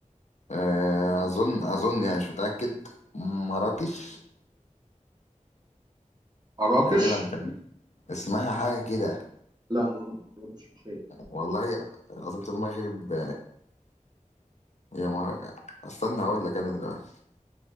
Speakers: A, on the left; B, on the right.
A: آه، اظن اظن يعني مش متاكد مراكش
B: مراكش
A: غالبا كان اسمها حاجه كده
B: لا غلط مراكش مش هي
A: والله عاصمة المغرب يا ما استنى هقول لك انا دلوقتي